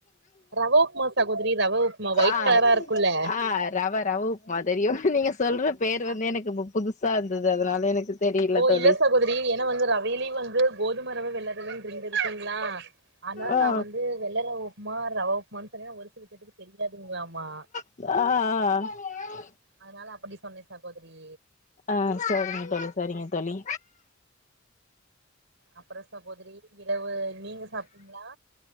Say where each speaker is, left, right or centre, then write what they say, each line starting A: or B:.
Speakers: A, on the right; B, on the left.
A: ரவ உப்மா சகோதரி ரவ உப்மா ஒயிட்
B: ஆ
A: கலரா இருக்குல்ல
B: ஆ ரவ ரவ உப்மா தெரியு நீங்க சொல்ற பேர்
A: ஆ
B: வந்து எனக்கு புதுசா இருந்தது அதனால எனக்கு தெரியல
A: ஓ
B: தோழி
A: இல்ல சகோதரி ஏன்னா வந்து ரவையிலயு வந்து கோதுமரவ வெல்லரவைனு ரெண்டுருக்குங்ளா ஆனா
B: ஆ
A: நா வந்து வெள்ள ரவ உப்மா ரவ உப்மான்னு சொன்னீன்னா ஒரு சில பேத்துக்கு தெரியாதுங்களாமா
B: ஆ ஆ ஆ
A: அதனால அப்டி சொன்னே சகோதரி
B: ஆ சேரிங்க தோழி சேரிங்க தோழி
A: அப்றோ சகோதரி இரவு நீங்க சாப்ட்டீங்ளா